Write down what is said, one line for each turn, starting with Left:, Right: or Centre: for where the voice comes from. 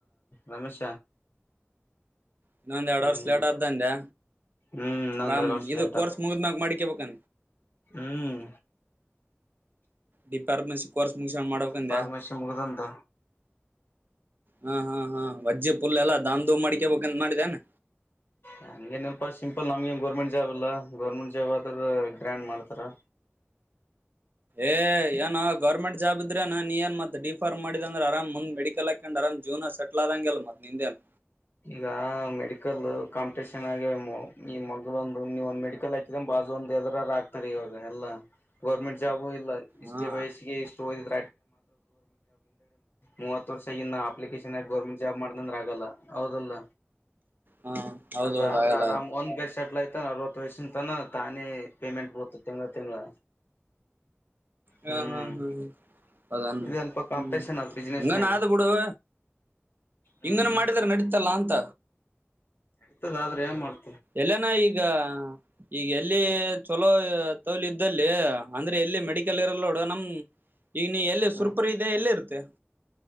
Left: ರಮೇಶ
Right: ಇನ್ನೊಂದ್ ಎರಡು
Left: ಹ್ಮ್
Right: ವರ್ಷ ಲೇಟ್ ಆದ್ದಂದೆ
Left: ಹ್ಮ್ ಇನ್ನೊಂದ್
Right: ಆರಾಮ್
Left: ಎರಡ್ ವರ್ಷ
Right: ಇದು
Left: ಲೇಟ್
Right: ಕೋರ್ಸ್
Left: ಆತ್
Right: ಮುಗಿದಿದ್ಮೇಲ್ ಮಾಡಿಕೆ ಹ
Left: ಹ್ಮ್
Right: ಡಿ ಫಾರ್ಮಸಿ ಕೋರ್ಸ್ ಮುಗಿಸ್ಕೊಂಡ್ ಮಾಡ್ಬೇಕಂದೆ
Left: ಪಾರ್ಮರ್ಶಿ ಮುಗದಂತ
Right: ಹಾ ಹಾ ಹಾ ವಜ್ಜ್ಯ ಪುಲ್ಲ ಎಲ್ಲ ಧಮ್ ಧೂಮ್ ಮಾಡ್ಕೋಬೇಕು ಅಂತ ಮಾಡಿದ್ದೇನೆ
Left: ನಮಗೇನು ಅಪ್ಪ ಸಿಂಪಲ್ ಗೌರ್ಮೆಂಟ್ ಜಾಬ್ ಇಲ್ಲ ಗೌರ್ಮೆಂಟ್ ಜಾಬ್ ಆದ್ಮೇಲೆ ಮಾಡ್ತಾರೆ
Right: ಏ ಏನೋ ಗೌರ್ಮೆಂಟ್ ಜಾಬ್ ಇದ್ರೆ ನಾನ ನೀ ಏ ಮತ್ತತ್ ಡಿಫರ್ ಮಾಡಿದ ಅಂದ್ರ ಆರಾಮ್ ಮುಂದ ಮೆಡಿಕಲ್ ಹಾಕಂಡು ಆರಾಮ ಜೂನ ಸೆಟಲ್ ಆದದಂಗಲ್ಲ ಮತ್ತ ನಿಂದೇನಾ
Left: ಈಗ ಮೆಡಿಕಲ್ ಕಾಂಪಿಟಷನ್ ಆಗ ಈ ಮಗಳು ಒಂದು ನೀವ ಒಂದ್ ಮೆಡಿಕಲ್ ಹಾಕಿದ ಬಾಜು ಒಂದ ಹೆದರ ಆಕ್ತಾರೆ ಇವಾಗ ಎಲ್ಲಾ ಗವರ್ಮೆಂಟ್ ಜಾಬು ಇಲ್ಲ ಇಷ್ಟು
Right: ಹಾ
Left: ವಾಯ್ಸ್ ಕೆ ಇಷ್ಟು ಓದಿರೋದು ಮೂವತ್ ವರ್ಷ ಆಗಿನ ಅಪ್ಲಿಕೇಶನ್ ಆಗಿ ಗೌರ್ಮೆಂಟ್ ಜಾಬ್ ಮಾಡ್ದಂದ್ರ ಆಗಲ್ಲ ಹೌದಲ್ಲ
Right: ಹಾ ಹೌದೌದು
Left: ಅದಾದ್ರೆ
Right: ಆಗಲ್ಲ
Left: ಆರಾಮ್ ಒಂದ್ ಗಷ್ಟ್ ಸೆಟ್ಲ್ ಆಯ್ತ ಅರವತ್ತು ವಯಷಸ ತಾನ ತಾನೇ ಪೇಮೆಂಟ್ ಬತ ತಿಂಗಳ ತಿಂಗಳ
Right: ಹಾ
Left: ಹ್ಮ್
Right: ಹಾ ಹಾ ಹ ಅಾನ
Left: ಇದಲ್ಪ
Right: ಹ್ಮ
Left: ಕಾಂಪಿಟೇಷನ್ ಅದ ಬಿಸ್ನೆಸ್ನಾಗ
Right: ಹಂಗ ನಾಾದ ಬಿಡುವ
Left: ಹ್ಮ್
Right: ಹಿಂಗನ ಮಾಡಿದ್ರ ನಡತಲ್ಲಾ ಅಂತ
Left: ಇತದ ಆದ್ರೆ ಏನ್ ಮಾಡ್
Right: ಎಲ್ಲನ ಈ ಈಗ ಈಗ ಎಲ್ಲಿ ಚಲೋ ತೌಲಿ ಇದ್ದಲ್ಲಿ ಅಂದ್ರೆ ಎಲ್ಲಿ ಮೆಡಿಕಲ್ ಇರಲ್ ನೋಡು ನಮ್ ಈಗ ನೀ ಎಲ್ಲಿ ಸುರ್ಪರ್
Left: ಹ
Right: ಇದೆ ಎಲ್ಲಿ ಇರ್ತ ತ್ತೆ